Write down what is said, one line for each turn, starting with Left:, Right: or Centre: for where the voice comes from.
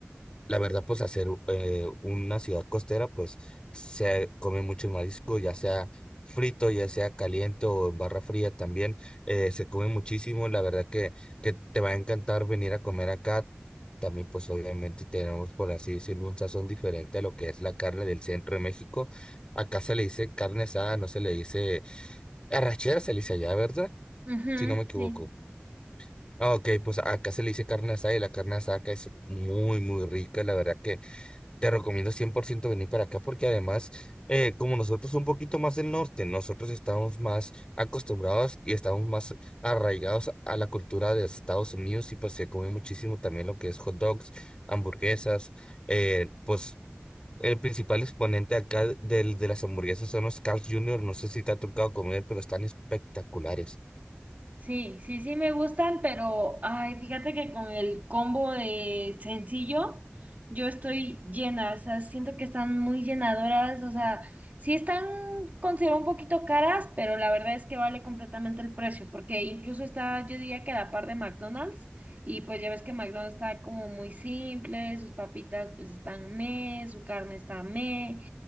Left: La verdad, pues hacer eh, una ciudad costera, pues se come mucho marisco, ya sea frito, ya sea caliente o en barra fría también, eh, se come muchísimo. La verdad que, que te va a encantar venir a comer acá. También, pues obviamente tenemos, por así decirlo, un sazón diferente a lo que es la carne del centro de México. Acá se le dice carne asada, no se le dice arrachera, se le dice allá, ¿verdad?
Right: Ujú,
Left: Si no me equivoco.
Right: sí.
Left: Ah, ok, pues acá se le dice carne asada y la carne asada acá es muy, muy rica, la verdad que... Te recomiendo 100% venir para acá porque además, eh, como nosotros un poquito más del norte, nosotros estamos más acostumbrados y estamos más arraigados a la cultura de Estados Unidos y pues se come muchísimo también lo que es hot dogs, hamburguesas, eh, pues el principal exponente acá del, de las hamburguesas son los Carl's Jr., no sé si te ha tocado comer, pero están espectaculares.
Right: Sí, sí, sí me gustan, pero ay, fíjate que con el combo de sencillo, yo estoy llena, o sea, siento que están muy llenadoras, o sea, sí están, considero un poquito caras, pero la verdad es que vale completamente el precio, porque incluso está, yo diría que a la par de McDonald's, y pues ya ves que McDonald's está como muy simple, sus papitas pues están meh, su carne está meh,